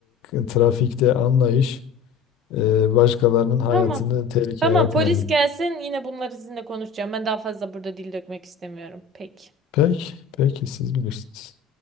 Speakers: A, on the left; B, on the right.
A: e, trafikte anlayış. Ee, başkalarının hayatını
B: Tamam.
A: tehlikeye
B: Tamam,
A: atmayın.
B: polis gelsin. Yine bunları sizinle konuşacağım. Ben daha fazla burada dil dökmek istemiyorum. Peki.
A: Peki, peki siz bilirsiniz.